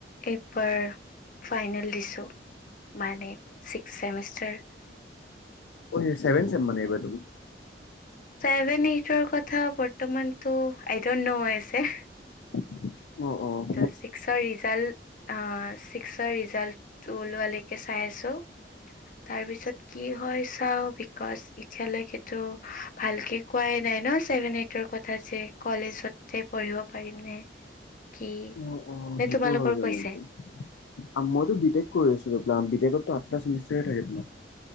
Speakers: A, on the left; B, on the left.
A: এইবাৰ ফাইনেল দিছোঁ মানে ছিক্স চেমিষ্টাৰ। <unintelligible>
B: অঁ এই চেভেন চেম মানে এইবাৰ তুমি? <unintelligible>
A: ছেভেন, এইটৰ কথা বৰ্তমানটো আই দন্ট ন‌ও হৈ আছে। <unintelligible>
B: <unintelligible> অঁ-অঁ।
A: তো ছিক্সৰ ৰিজাল্ট আহ ছিক্সৰ ৰিজাল্টটো ওলোৱালৈকে চাই আছোঁ। <unintelligible> তাৰ পিছত কি হয় চাওঁ। <unintelligible> বিকছ এতিয়ালৈকেটো ভালকে কোৱাই নাই ন ছেভেন, এইটৰ কথা যে কলেজত <unintelligible> তে পঢ়িব পাৰিম নে? <unintelligible> কি
B: উম-উম,
A: নে
B: সেইটোও
A: তোমালোকৰ
B: হয় বাৰু।
A: কৈছে
B: <unintelligible> মইতো বি টেক কৰি আছো <unintelligible> বি কেটতো আঠটা চেমিষ্টাৰ থাকে তোমাৰ।